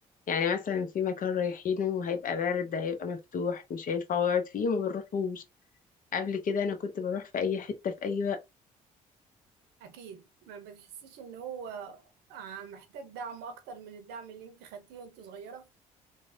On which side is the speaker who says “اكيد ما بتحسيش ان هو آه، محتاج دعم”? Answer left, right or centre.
Right